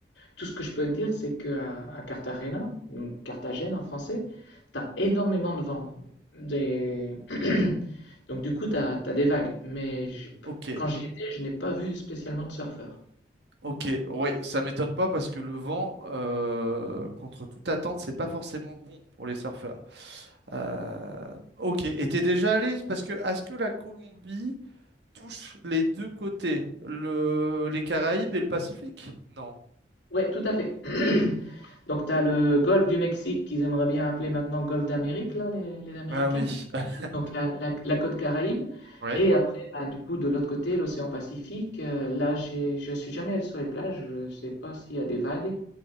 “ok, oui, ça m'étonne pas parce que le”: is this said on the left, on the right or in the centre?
Right